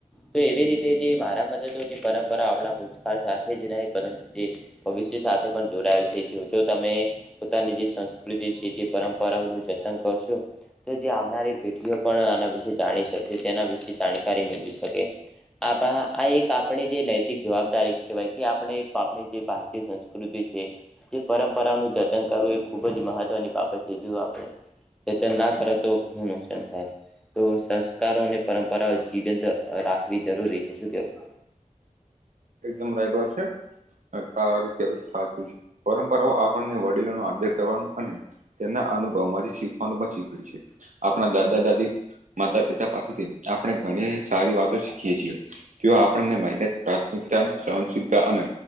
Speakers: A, in the centre; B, on the right.
A: તો એવી રીતે જે મારા તો જે પરંપરા આપણા ભૂતકાળ સાથે જ રહે પરંતુ જે. ભવિષ્ય સાથે પણ જોડાયેલ છે જો જો તમે પોતાની જે સંસ્કૃતિ છે. તે પરંપરાઓનું જતન કરશો. જે આવનારી પેઢીઓ પણ આના વિશે જાણી શકે તેના વિશે જાણકારી મેળવી શકે. આબા આ એક આપણે જે નૈતિક જવાબદારી કહેવાય કે આપણે <unintelligible> એ સંસ્કૃતિ છે. જે પરંપરાનું જતન કરવું એ ખુબજ મહત્વની બાબત છે જો આપણે. જતન ના કરો તો ઘણું નુકસાન થાય. તો સંસ્કારો ને પરંપરાઓ જીવંત રાખવી જરૂરી છે શું કેવું.
B: એકદમ રાઈટ વાત છે. <unintelligible> કેવું સાચું છે પરંપરાઓ આપણને વડીલો ન આદર કરવાનું અને તેમના અનુભવ માંથી શીખવાનું પણ શીખ્યું છે આપણા દાદા દાદી માતા પિતા પાસેથી આપણે ઘણી સારી વાતો શીખીએ છીએ તેઓ આપણને <unintelligible> <unintelligible> સહનશીલતા અને